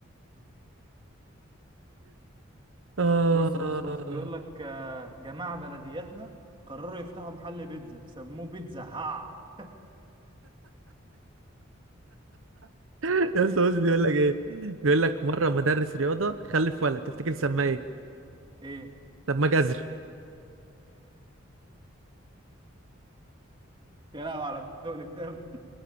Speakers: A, on the right; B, on the right.
A: آه
B: بص بص بص بيقول لك آه، جماعة بلدياتنا قرروا يفتحوا محل بيتزا سموه بيتزا هاع
A: <laughs> يا اسطى مسلم بيقول لك ايه بيقول لك مرة مدرس رياضة خلف ولد تفتكر سماه ايه
B: <laughs> ايه
A: طب ما جزر
B: يا لهوي على تقل الدم